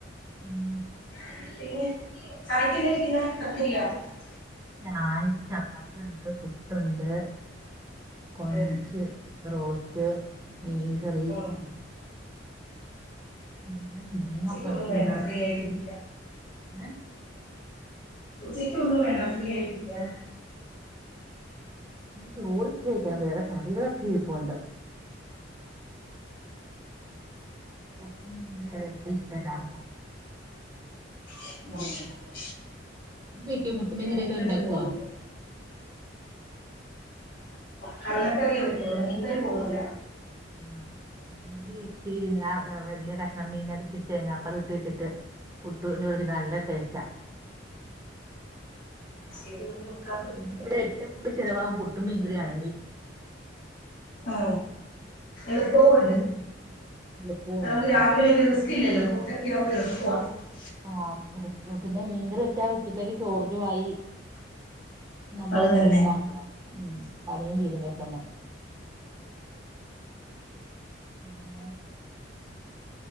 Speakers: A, on the right; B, on the left.
A: പിന്നെ
B: <inaudible>
A: ചായക്ക് ചപ്പാത്തി ഒണ്ട് പു പുട്ടുണ്ട് കൊഞ്ച്
B: ഉം.
A: റോസ്റ്റ് മീൻ കറി
B: ഉം.
A: എന്ന പിന്നേം
B: ഉച്ചയ്ക്കൊന്നും
A: നമ്മ എടുത്ത്
B: വേണ്ട
A: വെയ്ക്കാം.
B: ഫ്രീ ആയിട്ടിരിക്കാം
A: ഏ
B: ഉച്ചക്ക് ഒന്നും വേണ്ട ഫ്രീ ആയിട്ടിരിക്കാന്ന്.
A: ചോറിത്തിരി വെയ്ക്കണം വേറെ കറികളൊക്കെ ഇരിപ്പുണ്ട്. ഇഷ്ടം എല്ലാർക്കും.
B: കുട്ടിന്
A: <unintelligible> മുട്ടു മീൻ കറി
B: മീൻകറിയൊന്നും
A: ഒക്കെ ഇണ്ടാക്കുവാ.
B: ഇല്ല കടല കറി പറ്റു മീൻ കറി പോകില്ല.
A: ആ മീൻ പിന്നെ വലിയ കഷ്ണം മീൻ <unintelligible> തേങ്ങാപ്പാൽ ഇട്ട് വെച്ചിട്ട് പുട്ടു <unintelligible> നല്ല ടേസ്റ്റാ.
B: ഇതൊന്നും കറിയില്ല
A: ഇവിടെ ഏറ്റവും കൂടി ചിലവാവും പുട് പുട്ടും മീൻകറി ആണെങ്കി
B: ആ എപ്പോ ഉണ്ട്.
A: എളുപ്പുണ്ട്
B: നമുക്ക് രാവിലെ
A: ആ
B: <unintelligible>
A: ആഹ് പിന്നെ മീൻകറി വെച്ചാ ഉച്ചത്തേക്ക് ചോറിനു ആയി. നല്ലൊരു
B: അത് തന്നെ
A: ഇതാണല്ലോ ഉം പണിയും തീരുവേ <unintelligible>